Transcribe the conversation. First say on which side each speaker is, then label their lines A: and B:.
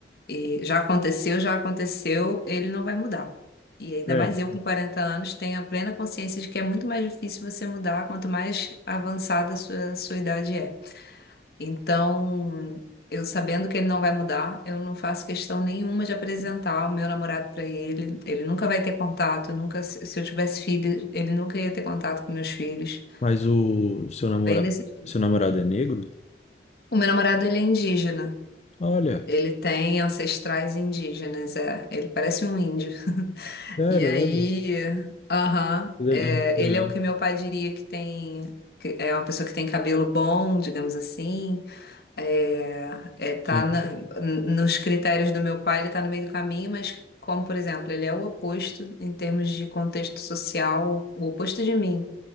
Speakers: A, on the left; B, on the left.
A: E já aconteceu, já aconteceu, ele não vai mudar. E ainda
B: É.
A: mais eu com 40 anos tenho a plena consciência de que é muito mais difícil você mudar quanto mais avançada a sua, sua idade é. Então, eu sabendo que ele não vai mudar, eu não faço questão nenhuma de apresentar o meu namorado para ele. Ele nunca vai ter contato, nunca, se se eu tivesse filhos, ele nunca ia ter contato com meus filhos.
B: Mas o seu namorado,
A: Bem desse. filme.
B: seu namorado é negro?
A: O meu namorado, ele é indígena.
B: Olha,
A: Ele tem ancestrais indígenas, é. Ele parece um índio.
B: sério,
A: E aí,
B: olha.
A: aham,
B: Legal,
A: é,
B: legal.
A: ele é o que meu pai diria que tem, que é uma pessoa que tem cabelo bom, digamos assim. É, é, tá
B: Sim,
A: na- n- nos critérios do meu pai, ele tá no meio do caminho, mas como, por exemplo, ele é o oposto em termos de contexto social, o oposto de mim.